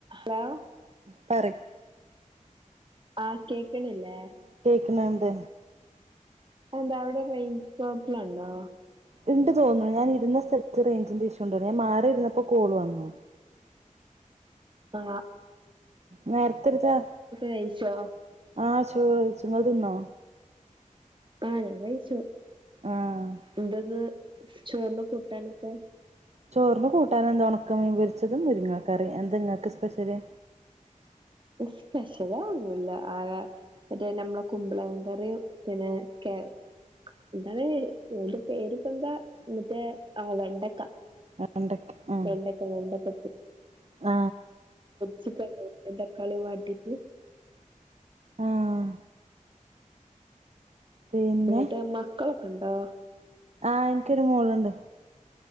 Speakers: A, on the right; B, on the right.
A: ഹലോ
B: പറ
A: ആഹ് കേക്കണില്ലെ
B: പിന്നെന്ത്
A: ആ എന്താ അവിടെ റേഞ്ച് പ്രോബ്ലുണ്ടോ
B: ഇണ്ട് തോന്നു ഞാൻ ഇരുന്ന സ്ഥലത്ത് റേഞ്ചിന്റെ ഇഷ്യൂണ്ടു ഞാൻ മാറി ഇരുന്നപ്പോ കോള് വന്നു
A: ആ
B: നേരത്തെടുതാ
A: കഴിച്ചോ
B: ആശ് ഒഹ് കഴിച്ചു ങ്ങള് തിന്നോ
A: ആ ഞാൻ കഴിച്ചു
B: ആഹ്
A: <unintelligible> ചോറിന് കൂട്ടാനൊക്കെ
B: ചോറിന് കൂട്ടാനെന്ത ഒണക്ക മീൻ പൊരിച്ചതും മുരുങ്ങാ ക്കറി എന്ത ങ്ങക്ക് സ്പെഷ്യല്
A: ഇസ്പെഷ്യൽ ഒന്നുല്ല ആകെ മറ്റേ നമ്മളെ കുമ്പളങ്ങ കറിയും പിന്നെ കേ എന്താണ് ന്റെ പേര് പെന്താ മറ്റേ അഹ് വെണ്ടക്ക
B: വെണ്ടക്ക് ആ
A: വെണ്ടക്ക വെണ്ടക്ക
B: ആ
A: ചിക്കൻ <unintelligible> തക്കാളിം വാട്ടീറ്റ്
B: ആഹ് പിന്നെ
A: എന്നിട്ട് മക്കളൊക്കണ്ടോ
B: ആഹ് എൻക്കൊരു മോളുണ്ട്